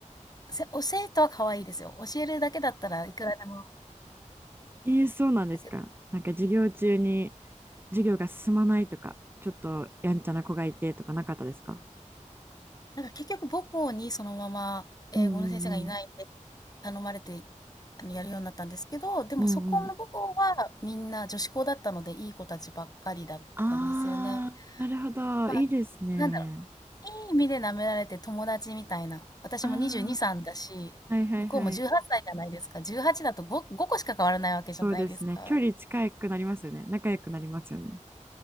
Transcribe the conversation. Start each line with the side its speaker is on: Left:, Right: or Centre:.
Left: せ教えとは可愛いですよ。教えるだけだったらいくらでも。
Right: ええ、そうなんですか。
Left: だけど、
Right: なんか授業中に授業が進まないとか、ちょっとやんちゃな子がいてとかなかったですか
Left: なんか結局母校にそのまま英語の先生がいないんで
Right: うんうんうん。
Left: 頼まれてあのやるようになったんですけど、でもそこの母校はみんな女子校だったのでいい子たちばっかりだったんですよね。
Right: うんうん。ああ、なるほど。
Left: まあ、
Right: いいですね。
Left: なんだろういい意味で舐められて友達みたいな。私も22、
Right: あ
Left: 歳だし、
Right: ーはいはいはい。
Left: 向こうも18歳じゃないですか。18だと5、5個しか変わらないわけじゃないですか。
Right: そうですね。
Left: な
Right: 距離近くなりますよね。仲良くなりますよね。